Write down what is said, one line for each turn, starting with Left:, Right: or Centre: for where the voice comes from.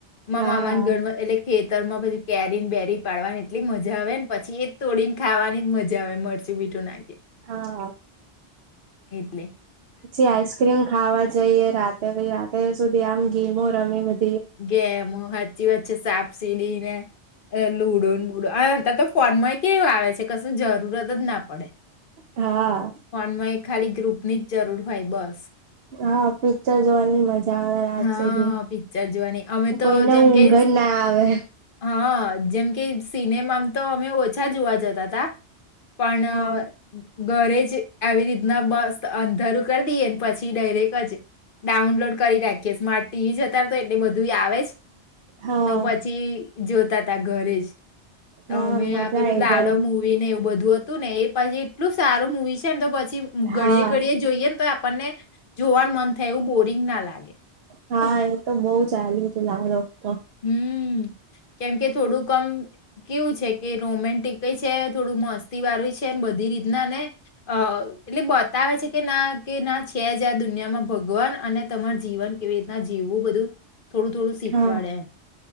Left: મા
Right: હા
Left: મામાને ગર એટલે ખેતરમાં પછી કેરીને બેરી પાડવાની એટલી મજા આવે ને પછી એજ તોડી ને ખાવાની જ મજા મરચી બીઠું નાખી.
Right: હા
Left: એટલે
Right: પછી આઈસ્ક્રીમ ખાવા જઈએ રાતે પછી રાતે સુધી આમ ગેમમેધ
Left: ગેમ સાચી વચ્ચે સાપસીડી ને લુડો બ અર તો ફોન માં કેવું આવે છે કશું જરૂરત જ ના પડે.
Right: હા
Left: ફોનમાં ખાલી ગ્રુપની જરૂર હોય બસ
Right: હા પિક્ચર જોવાની મળ આવે
Left: હા પિક્ચર જોવાની અમે
Right: કોઈને
Left: તો જેમ
Right: ઊંઘર
Left: કે
Right: ના આવે
Left: હા જેમ કે સિનેમા તો અમે ઓછા જોવા જતા હતાા પણ
Right: હા
Left: ઘરેજ આવી રીતના બસ અંધારું કરી દઈએ પછી ડાયરેક જ ડાઉનલોડ કરી રાખી ટીવી જ હતા તો એટલે બધું ું આવે
Right: હા
Left: તો પછી જોતા ત ઘરે જ
Right: હા
Left: અમે
Right: મજા
Left: આ પેલું
Right: આઈ
Left: લાલ
Right: જાય
Left: મુવીને બધું હતું ને એ પછી એટલું સારું મવી છે ને તો પછી
Right: હા
Left: ઘડીે ઘડી જોઈએ ને તો આપણને જોવાનું મન થ એવું બોરિંગ ના લાગે
Right: હા એ તો બઉુ ચાલ્યું હતું લાવડો તો
Left: હમ કેમ કે થોડું કમ કેવું છે કે રોમેન્ટિક છે થોડું મસ્તી વાળું છેને બધી રીતના ને અ એટલે બતાવે છે કે ના કે ના છે જ આ દુનિયામાં ભગવાન અને તમાર જીવન કેવી રીતના જીવવું બધું થોડું થોડું સીખવાળ્યા
Right: હા